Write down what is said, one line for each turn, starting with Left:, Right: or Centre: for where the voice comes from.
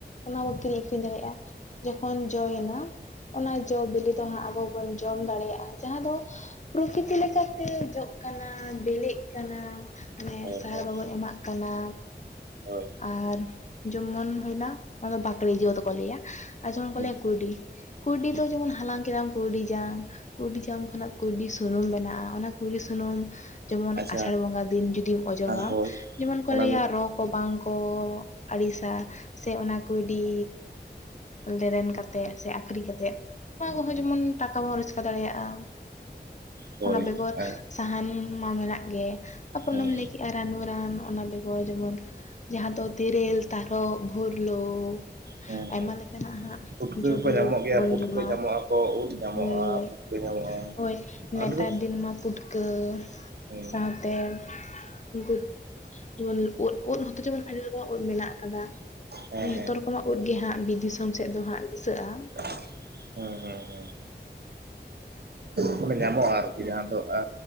Left: ᱚᱱᱟ ᱵᱚᱱ ᱠᱤᱨᱤᱧ ᱟᱹᱠᱷᱨᱤᱧ ᱫᱟᱲᱮᱭᱟᱜ-ᱟ, ᱡᱚᱠᱷᱚᱱ ᱡᱚᱭᱮᱱ ᱚᱱᱟ ᱡᱚ ᱵᱤᱞᱤ ᱫᱚ ᱦᱟᱸᱜ ᱟᱵᱚ ᱵᱚᱱ ᱡᱚᱢ ᱫᱟᱲᱮᱭᱟᱜ-ᱟ, ᱡᱟᱦᱟᱸ ᱫᱚ ᱯᱨᱚᱠᱤᱛᱤ ᱞᱮᱠᱟᱛᱮ ᱡᱚᱜ ᱠᱟᱱᱟ ᱵᱮᱞᱮᱜ ᱠᱟᱱᱟ। ᱦᱮᱸ
Right: ᱦᱳᱭ
Left: ᱥᱟᱨ
Right: ᱦᱳᱭ
Left: ᱵᱟᱵᱚᱱ ᱮᱢᱟᱜ ᱠᱟᱱᱟ᱾
Right: ᱦᱳᱭ᱾
Left: ᱟᱨ ᱡᱮᱢᱚᱱ ᱦᱩᱭᱱᱟ ᱚᱱᱟ ᱫᱚ ᱵᱟᱠᱲᱮ ᱡᱚ ᱫᱚ ᱠᱚ ᱞᱟᱹᱭᱟ᱾ ᱟᱨ ᱡᱮᱢᱚᱱ ᱠᱚ
Right: ᱦᱩᱸ
Left: ᱞᱟᱹᱭᱟ ᱠᱩᱸᱭᱰᱤ, ᱠᱩᱸᱭᱰᱤ
Right: ᱦᱩᱸ
Left: ᱫᱚ ᱡᱮᱢᱚᱱ ᱦᱟᱞᱟᱝ ᱠᱮᱫᱟᱢ ᱠᱩᱸᱭᱰᱤ ᱡᱟᱝ᱾ ᱠᱩᱸᱭᱰᱤ ᱡᱟᱝ ᱠᱷᱚᱱᱟᱜ ᱠᱩᱸᱭᱰᱤ ᱥᱩᱱᱩᱢ ᱵᱮᱱᱟᱜ-ᱟ, ᱚᱱᱟ ᱠᱩᱸᱭᱰᱤ ᱥᱩᱱᱩᱢ, ᱡᱮᱢᱚᱱ
Right: ᱟᱪᱪᱷᱟ
Left: ᱟᱥᱟᱲ ᱵᱚᱸᱜᱟ ᱫᱤᱱ ᱡᱩᱫᱤᱢ ᱚᱡᱚᱜᱟ,
Right: ᱦᱳᱭ
Left: ᱡᱮᱢᱚᱱ ᱠᱚ
Right: ᱚᱱᱟ
Left: ᱞᱟᱹᱭᱟ
Right: ᱫᱚ
Left: ᱨᱚᱜᱽ ᱵᱟᱝᱠᱚᱻ ᱟᱹᱲᱤᱥᱟ, ᱥᱮ ᱚᱱᱟ ᱠᱩᱸᱭᱰᱤ ᱞᱮᱨᱮᱱ ᱠᱟᱛᱮᱫ ᱥᱮ ᱟᱠᱷᱨᱤᱧ ᱠᱟᱛᱮᱫ ᱚᱱᱟ ᱠᱚᱦᱚᱸ ᱡᱮᱢᱚᱱ ᱴᱟᱠᱟ ᱵᱚᱱ ᱨᱳᱡᱽᱠᱟᱨ ᱫᱟᱲᱮᱭᱟᱜ-ᱟ᱾
Right: ᱦᱳᱭ
Left: ᱚᱱᱟ ᱵᱮᱜᱚᱨ
Right: ᱦᱮᱸ
Left: ᱥᱟᱦᱟᱱ ᱢᱟ ᱢᱮᱱᱟᱜ ᱜᱮ᱾ ᱛᱟᱯᱚᱨ
Right: ᱦᱮᱸ
Left: ᱚᱱᱮᱢ ᱞᱟᱹᱭ ᱠᱮᱜ-ᱟ ᱨᱟᱱᱩ ᱨᱟᱱ ᱚᱱᱟ ᱵᱮᱜᱚᱨ ᱡᱮᱢᱚᱱ ᱡᱟᱦᱟᱸ ᱫᱚ ᱛᱮᱨᱮᱞ, ᱛᱟᱨᱚᱵᱽ ᱵᱷᱩᱨᱞᱩ᱾
Right: ᱦᱮᱸ
Left: ᱟᱭᱢᱟ ᱞᱮᱠᱟᱱᱟᱜ ᱦᱟᱸᱜ
Right: ᱯᱩᱴᱠᱟᱹ
Left: ᱡᱚ ᱵᱤᱞᱤ
Right: ᱧᱟᱢᱚᱜ ᱜᱮᱭᱟ
Left: ᱠᱚ ᱵᱚᱱ
Right: ᱯᱩᱴᱠᱟᱹ
Left: ᱡᱚᱢᱟ᱾
Right: ᱧᱟᱢᱚᱜ ᱟᱠᱚ ᱩᱫ ᱧᱟᱢᱚᱜᱼᱟ
Left: ᱦᱳᱭ ᱦᱳᱭ।
Right: ᱯᱩᱴᱠᱟᱹ ᱧᱟᱢᱚᱜᱼᱟ
Left: ᱦᱳᱭ, ᱱᱮᱛᱟᱨ
Right: ᱟᱹᱰᱤ ᱨᱚᱠᱚᱢ
Left: ᱫᱤᱱ ᱢᱟ ᱯᱩᱴ ᱠᱟᱹ
Right: ᱦᱮᱸ
Left: ᱥᱟᱶᱛᱮ ᱩᱱᱠᱩ ᱡᱮᱢᱚᱱ ᱩᱫ, ᱩᱫ ᱦᱚᱸᱛᱚ ᱡᱮᱢᱚᱱ ᱟᱹᱰᱤ ᱨᱚᱠᱚᱢᱟᱜ ᱩᱫ ᱢᱮᱱᱟᱜ ᱟᱠᱟᱫᱟ᱾
Right: ᱦᱮᱸ
Left: ᱡᱷᱚᱛᱚ ᱨᱚᱠᱚᱢᱟᱜ ᱩᱫ ᱜᱮ ᱦᱟᱸᱜ ᱵᱤᱨ ᱫᱤᱥᱚᱢ ᱥᱮᱫ ᱫᱚ ᱦᱟᱸᱜ ᱫᱤᱥᱟᱹᱜᱼᱟ᱾
Right: <inaudible> ᱦᱩᱸ ᱦᱩᱸ ᱦᱩᱸ ᱾ ᱢᱟᱱᱮ ᱧᱟᱢᱚᱜᱼᱟ ᱟᱨᱠᱤ ᱡᱟᱦᱟᱸ ᱫᱚ ᱟ